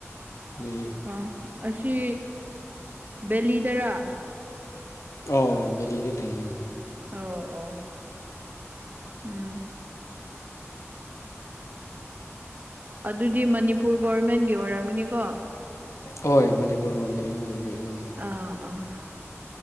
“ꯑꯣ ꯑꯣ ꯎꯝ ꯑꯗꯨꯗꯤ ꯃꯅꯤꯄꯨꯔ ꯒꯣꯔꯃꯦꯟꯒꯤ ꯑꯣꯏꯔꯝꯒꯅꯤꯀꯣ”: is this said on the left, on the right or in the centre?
Right